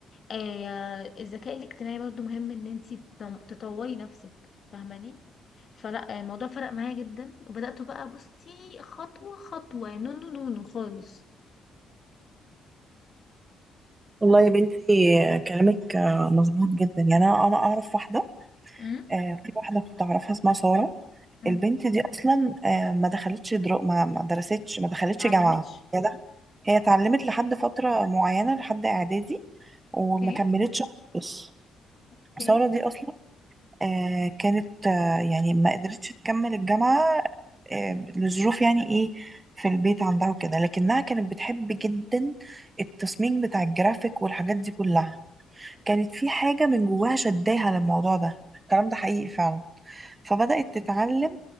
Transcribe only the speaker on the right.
والله يا بنتي كلامك آه، مظبوط جدا يعني انا انا اعرف واحده
آه، في واحدة كنت أعرفها اسمها سارة
البنت دي أصلا آه، ما دخلتش درو... ما ما درستش ما دخلتش
جامعة هي دخ- هي اتعلمت لحد فترة معينة لحد إعدادي وما
كملتش خالص
سارة دي أصلا آه، كانت آه، يعني ما قدرتش تكمل الجامعة آه، لظروف يعني إيه في البيت عندها وكده لكنها كانت بتحب جدا التصميم بتاع الجرافيك والحاجات دي كلها كانت في حاجة من جواها شداها للموضوع ده الكلام ده حقيقي فعلا فبدأت تتعلم